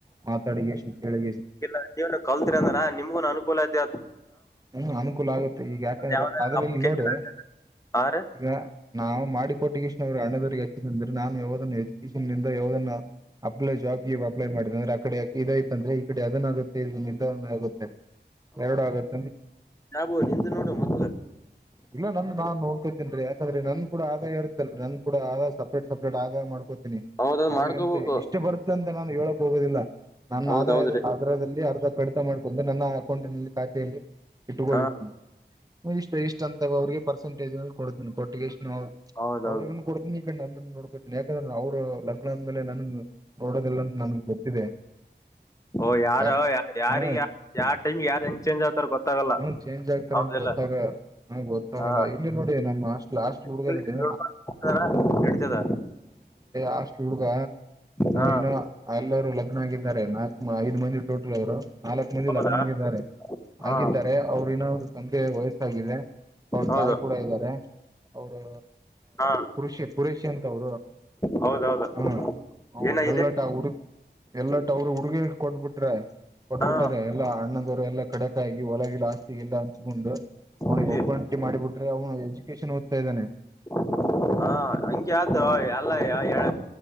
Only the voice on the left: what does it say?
ಪ್ರತಿ ಒಂದು ಕಲ್ತಿರಿ ಅಂದ್ರ ನಿಮಗು ಅನುಕೂಲ ಐತಿ
ಯಾವ್ದಾರ
ಅಪ್ಲಿಕೇಶನ್
ಆ ರ
ಜಾಬ್ ನನಿಮ್ದು ನೋಡುಮು
ಹೌದ
ಮಾಡ್ಕೋಬೇಕು
ಹೌದೌದ್ರಿ
ಹಾ
ಹೌದೌದು
ಓ ಯಾರ
ಯಾರ
ಯಾರ ಯಾರ ಟೈಮ್ ಯಾರ್ ಹೆಂಗ ಚೇಂಜ್ ಆಗ್ತಾರ ಗೊತ್ತಾಗಲ್ಲ
ಹೌದೆಲ್ಲ
ಹಾ
ನಡತದ
ಹಾ
ಹೌದಾ
ಹಾ
ಹೌದು
ಹಾ
ಹೌದೌದು
ಏನಾಗಿದೆ
ಹಾ
ಇಲ್ಲಿ
<inaudible> ಹ ಸಂಖೆ ಆತ ಎಲ್ಲ ಹೇಳ